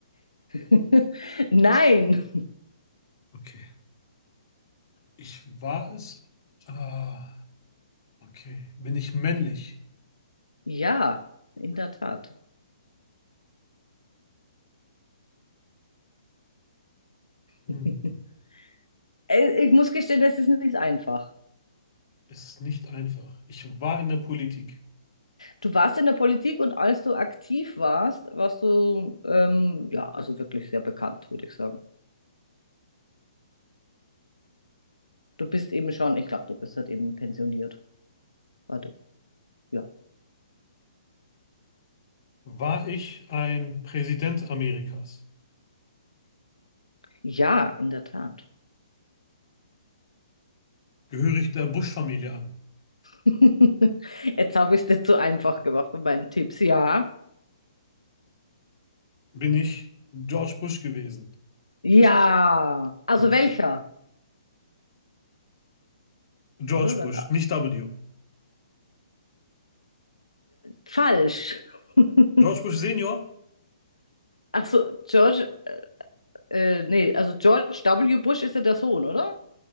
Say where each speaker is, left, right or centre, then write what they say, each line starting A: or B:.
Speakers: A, on the left (about 85°); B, on the left (about 45°).
A: <laughs> Nein.
B: Okay. Ich war es. Ah, okay. Bin ich männlich?
A: Ja, in der Tat.
B: Hm.
A: <laughs> Äh, Ich muss gestehen, das ist nicht einfach.
B: Ist nicht einfach. Ich war in der Politik.
A: Du warst in der Politik und als du aktiv warst, warst du, ähm, ja, also wirklich sehr bekannt, würde ich sagen. Du bist eben schon, ich glaube, du bist halt eben pensioniert. Warte, ja.
B: War ich ein Präsident Amerikas?
A: Ja, in der Tat.
B: Gehöre ich der Bush-Familie an?
A: <laughs> Jetzt habe ich es dir zu einfach gemacht mit meinen Tipps. Ja.
B: Bin ich George Bush gewesen?
A: Ja. Also
B: Okay.
A: welcher?
B: George
A: Oder? Da
B: Bush,
A: ga-
B: nicht W.
A: Falsch. <laughs>
B: George Bush Senior?
A: Ach so, George, äh, nee, also George W. Bush ist ja der Sohn, oder?